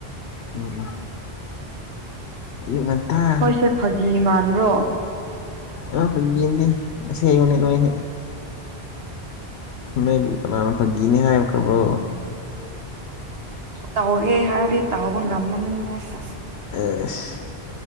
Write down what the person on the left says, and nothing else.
ꯎꯝ ꯎꯝ ꯑꯌꯨꯛ ꯉꯥꯟꯇ
ꯑ ꯐꯒꯤ ꯅꯠꯇꯦ ꯑꯁꯦꯡꯕꯅꯦ ꯅꯣꯏꯁꯦ ꯅꯣꯏꯕꯨ ꯀꯅꯥꯅ ꯐꯥꯒꯤꯅꯦ ꯍꯥꯏꯈꯔꯕ꯭ꯔꯣ
ꯑꯦꯁ